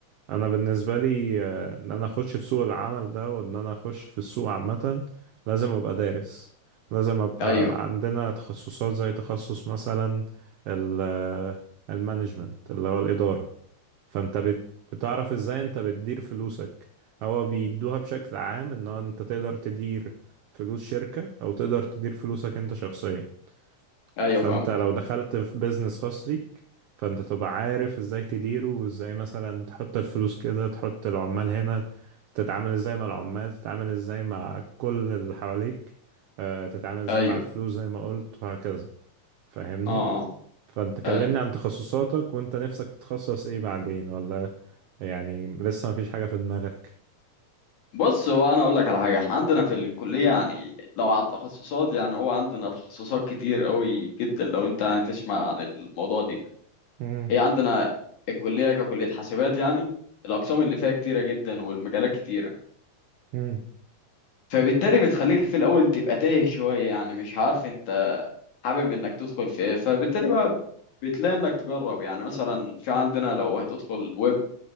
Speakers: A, on the right (about 85°); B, on the left (about 80°).
A: انا بالنسبه لي آه، ان انا اخش في سوق العمل ده وان انا اخش في السوق عامه لازم ابقى دارس لازم ابقى
B: ايوه
A: عندنا تخصصات زي تخصص مثلا ال- آه، المانجمنت اللي هو الاداره فانت بت- بتعرف ازاي انت بتدير فلوسك هو بيدوها بشكل عام ان هو انت تقدر تدير فلوس شركه او تقدر تدير فلوسك انت شخصيا
B: ايوه
A: فانت
B: فاهمك
A: لو دخلت في بيزنس خاص ليك فانت تبقى عارف ازاي تديره وازاي مثلا تحط الفلوس كده تحط العمال هنا تتعامل ازاي مع العمال تتعامل ازاي مع كل اللي حواليك آه، تتعامل ازاي
B: ايوه
A: مع الفلوس زي ما قلت وهكذا فاهمني
B: اه اه
A: فانت كلمني
B: ايوه
A: عن تخصصاتك وانت نفسك تتخصص ايه بعدين ولا يعني لسه مفيش حاجة في دماغك
B: بص هو انا اقول لك على حاجه احنا عندنا في الكليه يعني لو على التخصصات يعني هو عندنا تخصصات كتير قوي جدا لو انت يعني تسمع عن الموضوع دي
A: امم
B: هي عندنا الكليه ككليه حاسبات يعني الاقسام اللي فيها كتيره جدا والمجالات كتيره
A: امم
B: فبالتالي بتخليك في الاول تبقى تايه شويه يعني مش عارف انت حابب انك تدخل في ايه فبالتالي بقى بتلاقي انك تجرب يعني مثلا في عندنا لو هتدخل ويب